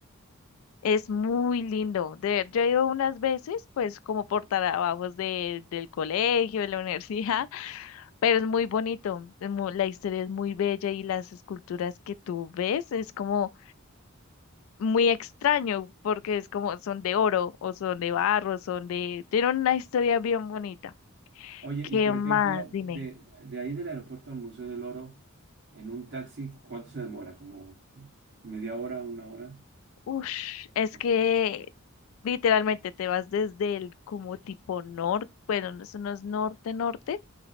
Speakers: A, on the left; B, on the right.
A: es muy lindo. De- yo he ido unas veces, pues como por trabajos de, del colegio, de la <laughs> universidad Pero es muy bonito, es mu- la historia es muy bella y las esculturas que tú ves es como muy extraño porque es como son de oro o son de barro, son de... Tienen una historia bien bonita.
B: Oye,
A: ¿Qué
B: y por
A: más?
B: ejemplo,
A: Dime.
B: de, de ahí del aeropuerto al Museo del Oro, en un taxi, ¿cuánto se demora? ¿Como media hora, una hora?
A: Ush, es
B: O-
A: que literalmente te vas desde el como tipo norte, bueno, no, eso no es norte, norte,